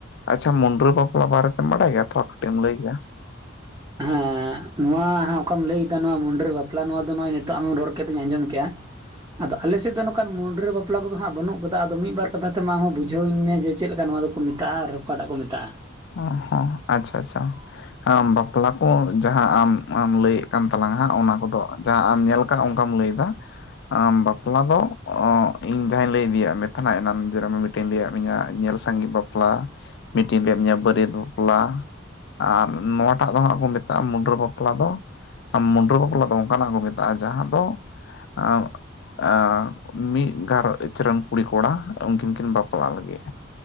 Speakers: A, on the left (about 60°); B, on the right (about 20°).
A: ᱟᱪᱷᱟ ᱢᱩᱱᱰᱨᱟᱹ ᱵᱟᱯᱞᱟ ᱵᱟᱨᱮᱛᱮᱢ ᱵᱟᱲᱟᱭ ᱜᱮᱭᱟ ᱛᱷᱚ ᱠᱟᱹᱴᱤᱡ ᱮᱢ ᱞᱟᱹᱭ ᱜᱮᱭᱟ?
B: ᱦᱮᱸ ᱱᱚᱣᱟ ᱚᱠᱟᱢ ᱞᱟᱹᱭᱫᱟ ᱱᱚᱣᱟ ᱢᱩᱱᱰᱟᱹᱨ ᱵᱟᱯᱞᱟ ᱱᱚᱣᱟ ᱫᱚ ᱱᱚᱜᱚᱭ ᱱᱤᱛᱚᱜ ᱟᱢᱮ ᱨᱚᱲ ᱠᱮᱫᱚᱧ ᱟᱸᱡᱚᱢ ᱠᱮᱜᱼᱟ, ᱟᱫᱚ ᱟᱞᱮ ᱥᱮᱫ ᱫᱚ ᱱᱚᱝᱠᱟᱱ ᱢᱩᱱᱰᱨᱟᱹ ᱵᱟᱯᱞᱟ ᱠᱚᱫᱚ ᱦᱟᱸᱜ ᱵᱟᱹᱱᱩᱜ ᱠᱟᱫᱟ, ᱟᱫᱚ ᱢᱤᱫ ᱵᱟᱨ ᱠᱟᱛᱷᱟ ᱛᱮ ᱢᱟ ᱵᱩᱡᱷᱟᱹᱣᱤᱧ ᱢᱮ ᱡᱮ ᱪᱮᱫ ᱞᱮᱠᱟ ᱱᱚᱣᱟ ᱫᱚᱼᱼ ᱠᱚ ᱢᱮᱛᱟᱜᱼᱟ, ᱟᱨ ᱚᱠᱟᱴᱟᱜ ᱠᱚ ᱢᱮᱛᱟᱜᱼᱟ?
A: ᱚ ᱦᱮᱸ ᱟᱪᱪᱷᱟ ᱟᱪᱪᱷᱟ᱾ ᱟᱢ ᱵᱟᱯᱞᱟ ᱠᱚ ᱡᱟᱦᱟᱸ ᱟᱢ ᱞᱟᱹᱭᱮᱫ ᱠᱟᱱ ᱛᱟᱞᱟᱝᱟ ᱦᱟᱸᱜ ᱚᱱᱟ ᱠᱚᱫᱚ ᱡᱟᱦᱟᱸ ᱟᱢ ᱧᱮᱞᱼᱼ ᱠᱟᱜᱼᱟ ᱚᱝᱠᱟᱢ ᱞᱟᱹᱭᱮᱫᱟ, ᱟᱸ ᱵᱟᱯᱞᱟ ᱫᱚ, ᱚ ᱤᱧ ᱡᱟᱦᱟᱸᱧ ᱞᱟᱹᱭ ᱤᱫᱤᱭᱤᱭᱟ ᱢᱮᱛ ᱮᱱᱟ <unintelligible> ᱢᱤᱫᱴᱤᱱ ᱞᱟᱹᱭᱟ ᱢᱮᱭᱟ ᱧᱮᱞ ᱥᱟᱸᱜᱮ ᱵᱟᱯᱞᱟ, ᱢᱤᱫᱴᱤᱱ ᱞᱟᱹᱭᱟᱭᱟᱜ ᱢᱮᱭᱟ ᱵᱟᱹᱨᱭᱟᱹᱛ ᱵᱟᱯᱞᱟ, ᱟᱨ ᱱᱚᱣᱟᱴᱟᱜ ᱫᱚ ᱦᱟᱸᱜ ᱠᱚ ᱢᱮᱛᱟᱜᱼᱟ ᱢᱩᱰᱨᱟᱹ ᱵᱟᱯᱞᱟ ᱫᱚ, ᱢᱩᱱᱰᱨᱟᱹ ᱵᱟᱯᱞᱟ ᱫᱚ ᱚᱱᱠᱟᱱᱟᱜ ᱠᱚ ᱢᱮᱛᱟᱜᱼᱟ ᱡᱟᱦᱟᱸ ᱫᱚ ᱟᱸᱜ, ᱟᱸ ᱢᱤᱫ ᱜᱷᱟᱸᱨᱚᱪ ᱨᱮᱱ ᱠᱩᱲᱤ ᱠᱚᱲᱟ ᱩᱱᱠᱤᱱ ᱠᱤᱱ ᱵᱟᱯᱞᱟᱜ ᱞᱟᱹᱜᱤᱫ᱾